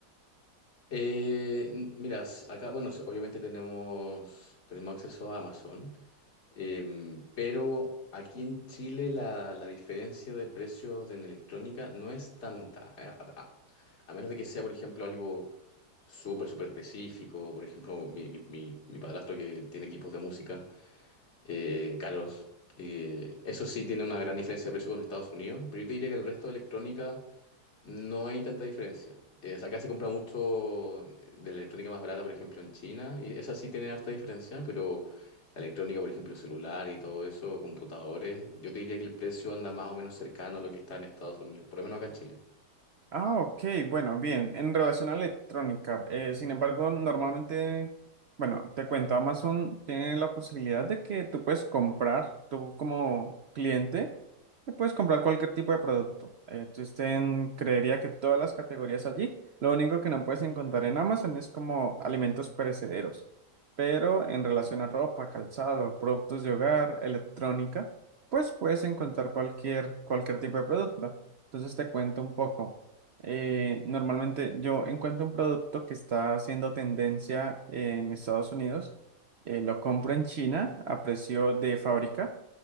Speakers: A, on the left; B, on the right.
A: Eh, n- mira, s- acá, bueno, s- obviamente tenemos, tenemos acceso a Amazon, em, pero aquí en Chile la, la diferencia de precios en electrónica no es tanta, a, a- a- a menos de que sea, por ejemplo, algo súper, súper específico, por ejemplo, mi, mi, mi, mi padrastro que tiene equipos de música. eh, caros. Eh, eso sí tiene una gran diferencia de precio con Estados Unidos, pero yo te diría que el resto de electrónica no hay tanta diferencia. Eh, o sea, acá se compra mucho eh, de la electrónica más barata, por ejemplo, en China, y esa sí tiene harta diferencia, pero la electrónica, por ejemplo, celular y todo eso, computadores, yo te diría que el precio anda más o menos cercano a lo que está en Estados Unidos, por lo menos acá en Chile.
B: Ah, ok, bueno, bien. En relación a electrónica, eh, sin embargo, normalmente, bueno, te cuento, Amazon tiene la posibilidad de que tú puedes comprar, tú como cliente, te puedes comprar cualquier tipo de producto. Eh, existen, creería que todas las categorías allí. Lo único que no puedes encontrar en Amazon es como alimentos perecederos. Pero en relación a ropa, calzado, productos de hogar, electrónica, pues puedes encontrar cualquier, cualquier tipo de producto. Entonces te cuento un poco. Eh, normalmente yo encuentro un producto que está haciendo tendencia en Estados Unidos, eh, lo compro en China a precio de fábrica,